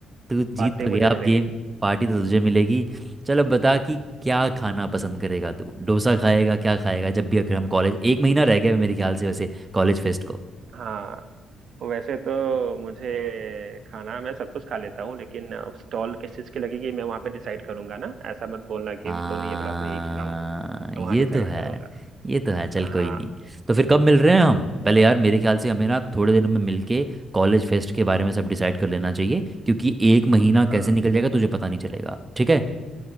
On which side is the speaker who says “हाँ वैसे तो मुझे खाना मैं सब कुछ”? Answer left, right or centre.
Right